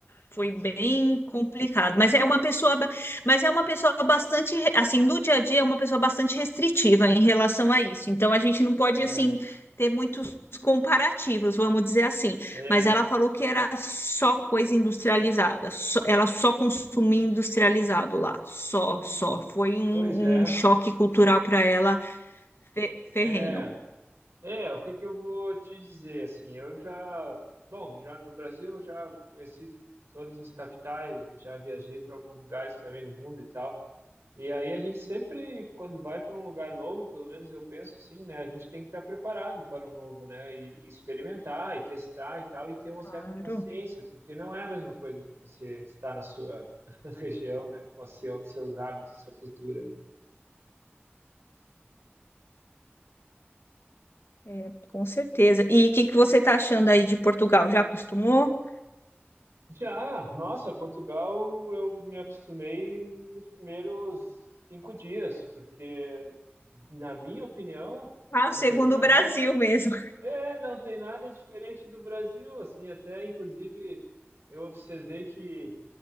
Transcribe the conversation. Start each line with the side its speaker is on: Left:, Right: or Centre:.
Left: Foi bem
Right: sim.
Left: complicado, mas é uma pessoa, ba- mas é uma pessoa bastante, re- assim, no dia a dia é uma pessoa bastante restritiva em relação a isso. Então a gente não pode
Right: É,
Left: assim ter muitos comparativos, vamos dizer assim.
Right: é,
Left: Mas ela falou que era só coisa industrializada, só- ela só consumia industrializado lá, só, só. Foi um,
Right: pois é,
Left: um choque cultural para ela fe- ferrenho.
Right: é, é, o que que eu vou te dizer, assim, eu já, bom, já no Brasil eu já conheci todas as capitais, já viajei para alguns lugares também no mundo e tal, E aí a gente sempre, quando vai para um lugar novo, pelo menos eu penso assim, né? A gente tem que estar preparado para o novo, né? E, e experimentar, e testar e tal, e ter uma
Left: Claro,
Right: certa paciência, porque não é a mesma coisa que você está na sua <laughs> região, né? Com seu, seus hábitos, sua cultura, né?
Left: é, com certeza. E o que que você está achando aí de Portugal? Já acostumou?
Right: Já, nossa, Portugal, eu me acostumei nos primeiros cinco dias, porque, na minha opinião,
Left: Ah,
Right: não
Left: o segundo
Right: tem nada
Left: Brasil mesmo.
Right: É, não tem nada diferente do Brasil, assim, até inclusive eu observei que